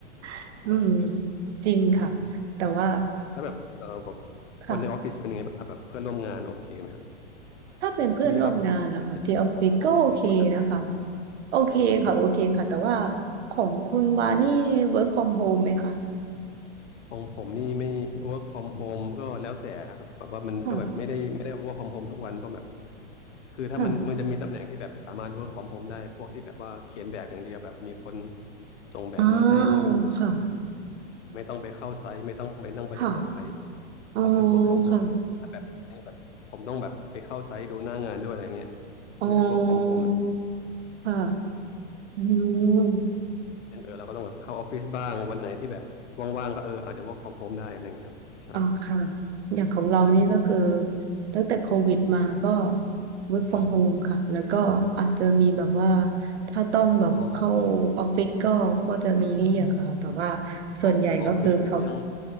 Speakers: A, on the right (about 70°); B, on the left (about 80°).
A: <laughs>
B: ย่างเงี้ยนะเออ
A: อืมจริงค่ะแต่ว่า
B: อืมแล้วแบบเออแบบ
A: ค่ะ
B: คนในออฟฟิศเป็นยังไงบ้างครับแบบเพื่อนร่วมงานโอเคไหมครับ
A: ถ้าเป็นเพื่อนร่วมงานนะคะที่ออฟฟิศก็โอเคนะคะ
B: มีออฟฟิศใหญ่ของของคุณคุณกระแต
A: โอเคค่ะโอเคค่ะแต่ว่า
B: อืม
A: ของคุณวานี่ work from home ไหมคะ
B: ของผมนี่ไม่ work from home ก็แล้วแต่ครับแบบว่ามันก็แบบไม่ได้ไม่ได้
A: ค่ะ
B: work from home ทุกวันเพราะแบบคือถ้ามันมันจะมีตำแหน่งที่แบบสามารถ
A: ค่ะ
B: work from home ได้พวกที่แบบว่าเขียนแบบอย่างเดียวแบบมีคนส่งแบบมาให้แล้วก็แบบ
A: อ่าค่ะ
B: ไม่ต้องไปเข้าไซต์ไม่ต้องไปนั่งประชุมกับใคร
A: ค่ะอ๋อ
B: ก็คือ work from home
A: ค่ะ
B: ถ้าแบบในแบบผมต้องแบบไปเข้าไซต์ดูหน้างานด้วยอะไรเงี้ย
A: อ๋อ
B: คือถ้า work from home มันจะ
A: ค่ะอืม
B: เป็นเออเราก็ต้องแบบเข้าออฟฟิศบ้างวันไหนที่แบบว่างๆก็เอออาจจะ work from home ได้อะไรเงี้ยครับใช่
A: อ่าค่ะอย่างของเรานี่ก็คือตั้งแต่โควิดมาก็ work from
B: อืม
A: home ค่ะแล้วก็อาจจะมีแบบว่าถ้าต้องแบบเข้า
B: อ๋อ
A: ออฟฟิศก็ก็จะมีเรียกค่ะแต่ว่าส่วนใหญ่ก็คือเขา
B: อ๋ออ๋อ คือช่วงนี้ก็ยัง